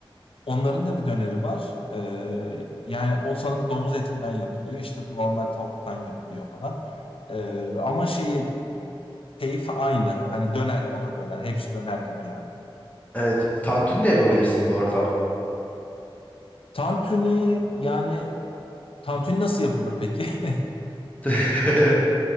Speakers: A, on the left; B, on the left.
A: Onların da bir döneri var. Ee, yani o sanırım domuz etinden yapılıyor. İşte bu normal tavuktan yapılıyor falan. Ee, ama şeyi keyif aynı. Hani döner, o da döner. Hepsi döner gibi yani.
B: Evet. Tantuni de yapabilirsin bu arada.
A: Tantuni yani tantuni nasıl yapılır peki? <laughs>
B: <laughs>